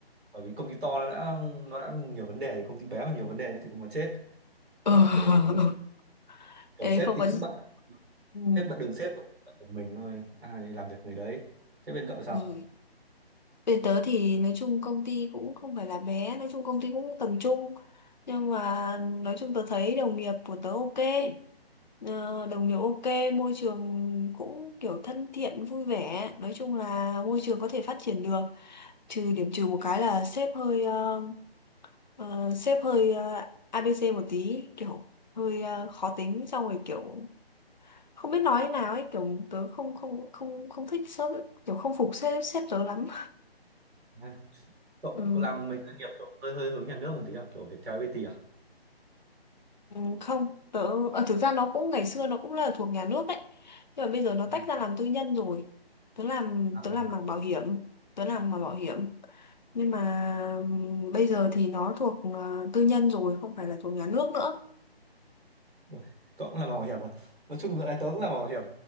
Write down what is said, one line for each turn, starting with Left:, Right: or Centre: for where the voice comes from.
Right: bởi vì công ty to nó đã nó đã nhiều vấn đề công ty bé mà nhiều vấn đề nữa thì cũng mà chết
Left: Ờ,
Right: nó
Left: <laughs>
Right: kiểu kiểu
Left: đấy
Right: sếp
Left: không
Right: thì
Left: có
Right: cũng bận
Left: ừ.
Right: sếp bận đường sếp bận được mình thôi ai làm việc người đấy thế bên cậu sao
Left: Ừ. Bên tớ thì nói chung công ty cũng không phải là bé nói chung công ty cũng tầm trung nhưng mà nói chung tớ thấy đồng nghiệp của tớ ok Ờ, đồng nghiệp ok môi trường cũng kiểu thân thiện vui vẻ nói chung là môi trường có thể phát triển được trừ điểm trừ một cái là sếp hơi ờ, ờ, sếp hơi ờ, ABC một tí kiểu hơi ờ, khó tính xong rồi kiểu không biết nói thế nào ấy kiểu tớ không không không không thích sếp kiểu không phục sếp sếp tớ lắm
Right: À, cậu
Left: ừ,
Right: cậu làm mấy cái doanh nghiệp kiểu hơi hơi hướng nhà nước một tí à kiểu Viettel FPT à
Left: ừ, không tớ ờ, thực ra nó cũng ngày xưa nó cũng là thuộc nhà nước đấy nhưng mà bây giờ nó
Right: Ừ.
Left: tách ra làm tư nhân rồi tớ làm
Right: À,
Left: tớ làm mảng bảo hiểm tớ làm mảng bảo hiểm nhưng mà ừm, bây giờ thì nó thuộc ờ, tư nhân rồi không phải là thuộc nhà nước nữa
Right: ui, cậu cũng làm bảo hiểm à nói chung giờ này tớ cũng làm bảo hiểm